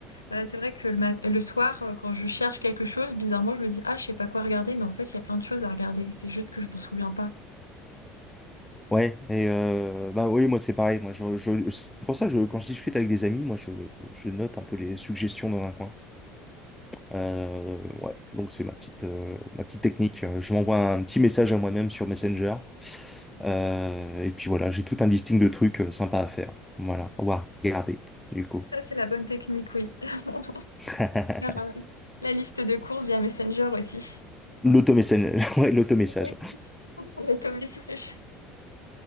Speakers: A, on the left; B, in the centre.
A: bah, c'est vrai que le mat- le soir, euh, quand je cherche quelque chose, bizarrement, je me dis, ah, je sais pas quoi regarder, mais en fait, il y a plein de choses à regarder. C'est juste que je m'en souviens pas.
B: Ouais. Et euh, bah oui, moi c'est pareil. Moi, je, je, c'est pour ça que je, quand je discute avec des amis, moi je, je note un peu les suggestions dans un coin. Euh, ouais. Donc c'est ma petite euh, ma petite technique. Euh, Je m'envoie un petit message à moi-même sur Messenger. Euh, et puis voilà, j'ai tout un listing de trucs euh, sympas à faire. Voilà, ou à voir, regarder, du coup.
A: Ça, c'est la bonne technique, oui. <laughs>
B: <laughs>
A: Faire, euh, La liste de courses via Messenger aussi.
B: L'automessage, <laughs> ouais, l'automessage.
A: Oui. <laughs> L'automessage.